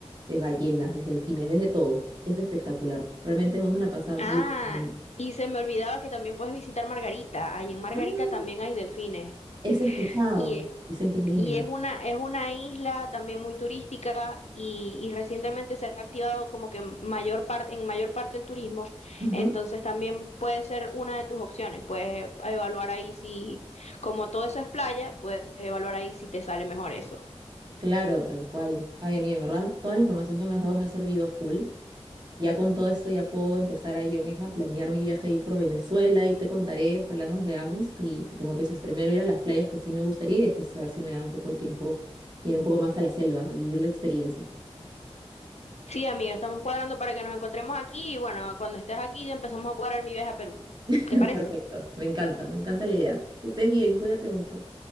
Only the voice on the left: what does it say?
Ah,
y se me olvidaba que también puedes visitar Margarita, ahí en Margarita
también hay delfines.
Y
Y es una, es una isla también muy turística y, y recientemente se ha activado como que mayor parte, en mayor parte el turismo.
Entonces también puede ser una de tus opciones. Puedes evaluar ahí si, como todo eso es playa, puedes evaluar ahí si te sale mejor eso.
Sí, amiga, estamos cuadrando para que nos encontremos aquí y bueno, cuando estés aquí empezamos a cuadrar mi viaje a Perú.
¿Te parece?